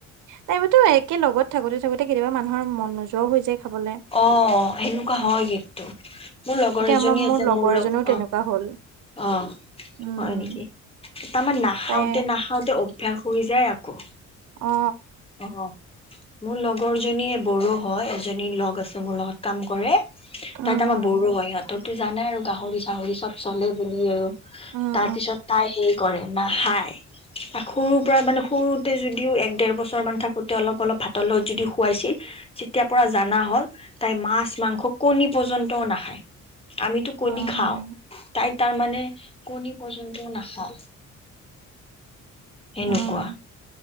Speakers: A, on the right (about 75°); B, on the left (about 20°).
A: নাইবাতো একে লগত থাকোতে-থাকোতে কেতিয়াবা মানুহৰ মন নোযোৱাও হৈ যায় খাবলে
B: অ, সেনেকুৱা
A: উম
B: হয় কিন্তু মোৰ লগৰ
A: এতিয়া
B: এজনী
A: আমাৰ
B: আছে,
A: লগৰ
B: মোৰ
A: এজনীও
B: লগ
A: তেনেকুৱা
B: অ
A: হ'ল
B: অ হয়
A: উম
B: নেকি, তাৰমানান নাখাওতে
A: তাই
B: নাখাওঁতে অভ্যাস হৈ যায় আকৌ
A: অ অ
B: অ, মোৰ লগৰ জনী বড়ো হয়। এজনী লগ আছে মোৰ লগত কাম কৰে
A: উম
B: তাত আমাৰ
A: উম
B: বড়ো ভহঁতৰো জানাই আৰু গাহৰি চাহৰি চব চলে বুলি আৰু
A: উম
B: তাৰ পিছত তাই সে কৰে খায় সৰুৰ পৰা মানে সৰুতে যদিও একেৰ বছৰ থাকোতে অলপ অলপ ভাতৰ যদি খুৱাইছিল তেতিয়া পৰা জানা হ'ল তাই মাছ মাংস কণী পৰ্যন্তও নাখায় আমিতো
A: উম
B: কণী খাওঁ
A: উম
B: তাই তাৰ মানে কণী পৰ্যন্ত নাখা এনেকুৱা
A: উম উম